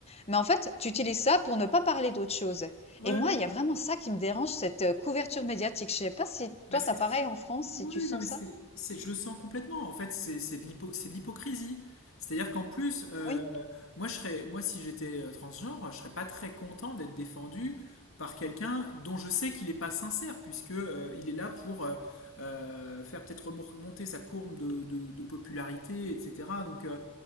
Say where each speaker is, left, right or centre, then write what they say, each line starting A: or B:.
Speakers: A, on the left; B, on the left.
A: Mais en fait, tu utilises ça pour ne pas parler d'autre chose.
B: Ouais.
A: Et moi,
B: Ouais.
A: il y a vraiment ça qui me dérange, cette euh, couverture médiatique. Je sais pas si
B: Bah,
A: toi,
B: c'est-
A: t'as pareil en France, si
B: Oui,
A: tu sens
B: non, mais c'est,
A: ça.
B: c'est- je le sens complètement. En fait, c'est c'est de l'hypo- c'est de l'hypocrisie. C'est-à-dire qu'en plus, euh,
A: Oui,
B: moi, je serais, moi, si j'étais euh, transgenre, je serais pas très content d'être défendu par quelqu'un dont je sais qu'il n'est pas sincère, puisque euh, il est là pour euh, euh, faire peut-être remor- monter sa courbe de, de- de popularité, etc. Donc, euh,